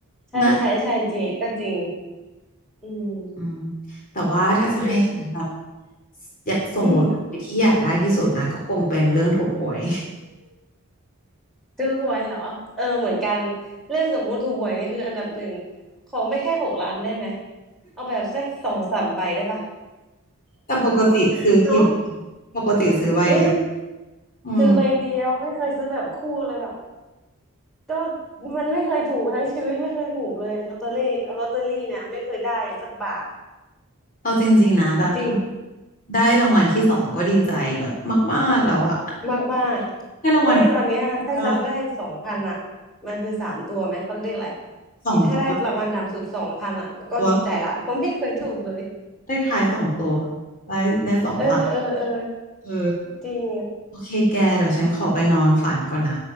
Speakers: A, in the centre; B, on the left (about 40°).
A: ใช่ใช่ใช่จริงก็จริง
B: น่า
A: อืม
B: อืมแต่ว่าถ้าจะให้ฉันแบบ
A: อืม
B: อยากสมมติที่อยากได้ที่สุดนะก็คงเป็นเรื่องถูกหวย
A: อืมถูกหวยเหรอเออเหมือนกันเรื่องสมมุติถูกหวยนี่คืออันดับหนึ่งขอไม่แค่หกล้านได้ไหมเอาแบบสักสองสามใบได้ปะ
B: <laughs> แต่ปกติซื้อกี่ใบ
A: <laughs> เนาะ
B: ปกติซื้อใบเดียว
A: อุ้ย
B: อืม
A: ซื้อใบเดียวไม่เคยซื้อแบบคู่เลยแบบก็มันไม่เคยถูกทั้งชีวิตไม่เคยถูกเลยลอตเตอรี่ลอตเตอรี่เนี่ยไม่เคยได้สักบาท
B: เอาจริงๆนะแบบ
A: จริง
B: ได้รางวัลที่สองก็ดีใจแบบมากๆแล้วอะ
A: มากมาก
B: ได้รางวัล
A: ไม่ตอนเนี้ยถ้าฉันได้สองพันอ่ะ
B: ว่า
A: มันคือสามตัวไหมเขาเรียกอะไร
B: สองตัว
A: อีถ้าได้รางวัลต่ำสุดสองพันอ่ะก็ดีใจละเพราะไม่เคยถูกเลย
B: ตัวเลขท้ายสองตัวได้ได้สองพัน
A: เออเออเออ
B: เออ
A: จริง
B: โอเคแกเดี๋ยวฉันขอไปนอนฝันก่อนนะ